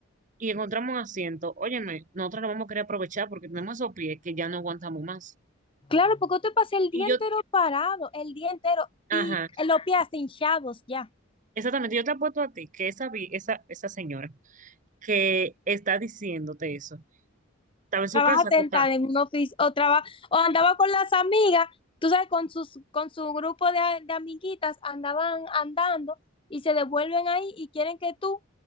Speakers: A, on the right; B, on the left.
A: y encontramos un asiento, óyeme, nosotros lo vamos a querer aprovechar porque tenemos esos pies que ya no aguantamos más.
B: Claro, porque te pasé el
A: Y
B: día
A: yo,
B: entero parado, el día entero,
A: ajá,
B: y los pies hasta hinchados ya.
A: exactamente, yo te apuesto a ti que esa, vi- esa, esa señora que está diciéndote eso. Estaba en su
B: Trabaja
A: casa,
B: sentada
A: acostada.
B: en un oficio, o, traba, o andaba con las amigas, tú sabes, con, sus, con su grupo de, de amiguitas, andaban andando y se devuelven ahí y quieren que tú